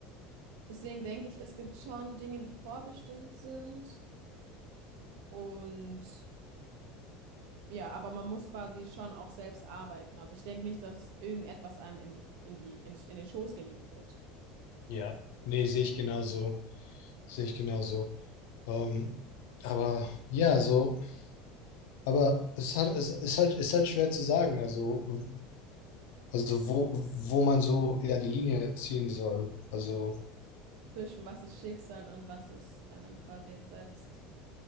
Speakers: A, on the right (about 70°); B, on the left (about 80°).
A: Deswegen denke ich, es gibt schon Dinge, die vorbestimmt sind und ja, aber man muss quasi schon auch selbst arbeiten. Also ich denke nicht, dass irgendetwas einem in die, in die, in, in den Schoß gelegt wird.
B: ja, nee, sehe ich genauso, sehe ich genauso. Ähm, aber ja, so, aber es hat, es ist halt, ist halt schwer zu sagen, also, also wo, wo man so, ja, die Linie ziehen soll. Also,
A: zwischen was ist Schicksal und was ist ähm, quasi jetzt selbst